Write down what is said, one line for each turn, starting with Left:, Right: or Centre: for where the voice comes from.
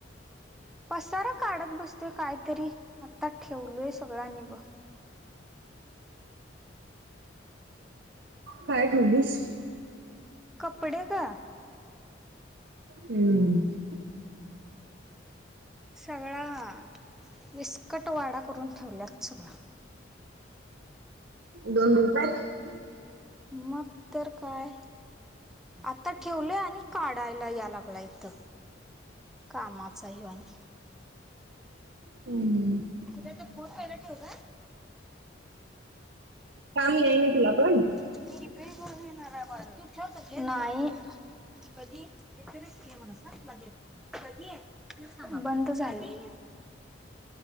Centre: पसारा काढत बसतोय काय तरी, आता ठेवलोय सगळं आणि ब
Right: काय ठेवलीस?
Centre: कपडे ग.
Right: हम्म.
Centre: सगळ्या विस्कट वाडा करून ठेवल्यात सगळा.
Right: दोन दिवसात?
Centre: मग तर काय. आता ठेवलंय आणि काढायला या लागलाय इथं कामाचा ह्यो आणि.
Right: अम्म.
Centre: शिऱ्या ते फोन पहिला ठेव जा.
Right: काम येइनी तुला पण?
Centre: <unintelligible> नाही. <unintelligible> बंद झालंय.